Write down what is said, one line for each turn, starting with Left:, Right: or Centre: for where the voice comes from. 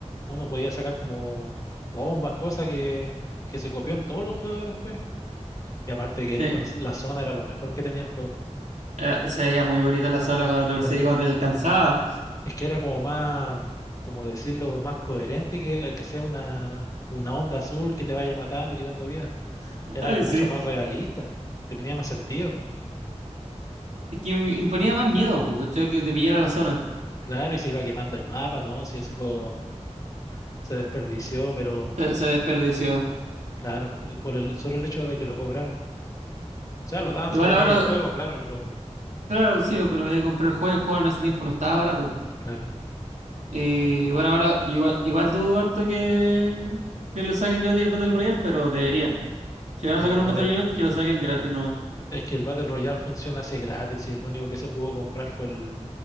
Left: uno podía sacar como bombas, cosas que, que se copió en todos los juegos después. Y aparte que
Right: Sí.
Left: él, cuando, s- la zona era lo mejor que tenía el juego.
Right: Eh, se veía muy bonita la sala cuando te perseguía,
Left: Cuando,
Right: cuando te alcanzaba.
Left: es que era como más, como decirlo, más coherente que, que sea una, una onda azul que te vaya matando, quitando vida.
Right: <laughs>
Left: Era
Right: Ay,
Left: algo
Right: sí.
Left: mucho más realista, que tenía más sentido.
Right: Es que me imponía más miedo, porque que te pillara la zona.
Left: Claro, y se iba quemando el mapa, ¿no? Si ese juego se desperdició, pero
Right: Se, se desperdició.
Left: claro, y por el solo el hecho de que lo cobraron. sea, lo daban
Right: Igual
Left: si tenía
Right: ahora,
Left: ahí el juego, claro, pero
Right: claro, sí, pero voy a comprar el juego y el juego en ese tiempo no estaba barato.
Left: claro.
Right: Y bueno, ahora igual, igual dudo harto que, que lo saquen gratis el Battle Royale, pero deberían. Si van a
Left: No,
Right: sacar un Battle
Left: de-
Right: Royale, que lo saquen gratis nomás.
Left: es que el Battle Royale funciona así gratis y el único que se pudo comprar fue el,